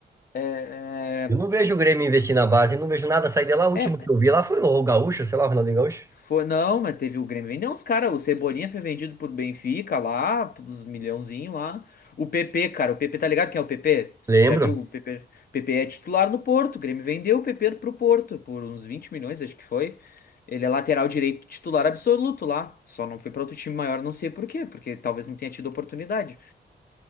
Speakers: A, on the left; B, on the right.
A: É,
B: Eu não vejo o Grêmio investir na base, não vejo nada sair de lá. O último
A: é, é,
B: que eu vi lá foi o Gaúcho, sei lá, o Ronaldinho Gaúcho.
A: Foi, não, mas teve o Grêmio vendeu uns caras. O Cebolinha foi vendido por Benfica lá, pelos milhãozinho lá. O PP, cara, o PP tá ligado quem é o PP? Tu
B: Lembro.
A: já viu o PP? O PP é titular no Porto. O Grêmio vendeu o PP pro Porto por uns 20 milhões, acho que foi. Ele é lateral direito titular absoluto lá. Só não foi pra outro time maior, não sei por quê, porque talvez não tenha tido oportunidade.